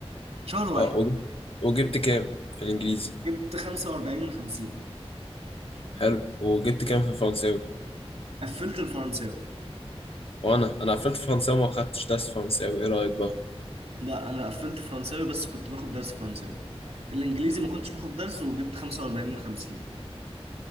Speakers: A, on the right; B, on the left.
A: شهر واحد
B: اه وج- وجبت كام في الانجليزي
A: جبت 45 من 50
B: حلو وجبت كام في الفرنساوي
A: قفلت الفرنساوي
B: وانا انا قفلت فرنساوي وما خدتش درس فرنساوي ايه رايك بقى
A: لا انا قفلت فرنساوي بس كنت باخد درس فرنساوي الانجليزي ما كنتش باخد درس وجبت 45 من 50